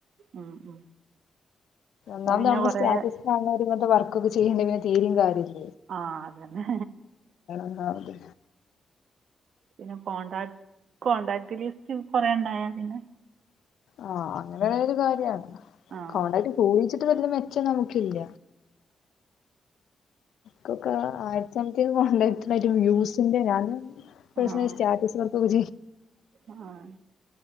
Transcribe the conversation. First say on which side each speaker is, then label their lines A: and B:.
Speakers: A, on the right; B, on the left.
A: ഉം ഉം
B: ഒന്നാമത്
A: അത് പിന്നെ
B: നമ്മള്
A: കൊറേ
B: സ്റ്റാറ്റസ് ഇട്ടു വർക്കൊക്കെ ചെയ്യേണ്ടൽ പിന്നെ തീരയും കാര്യല്ല
A: ആ അതന്നെ
B: ഒന്നാമത്
A: പിന്നെ കോണ്ടാക്ട് കോണ്ടാക്ട് ലിസ്റ്റ് കൊറേ ഉണ്ടായ പിന്നെ
B: ആ അങ്ങനൊരു കാര്യാണ്
A: ആഹ്
B: കോണ്ടാക്ട്ട്
A: ആഹ്
B: കൂ ഇത് വെല്ല്യ മെച്ചം നമുക്കില്ല ക്കൊക്കെ ആയിരത്തി സംതിങ് കോണ്ടാക്റ്റിനായിട്ട് വ്യൂസിന്റെ ഞാന് പേഴ്സണലി
A: ആഹ്
B: സ്റ്റാറ്റസ് വർക്കൊക്കെ
A: ആഹ്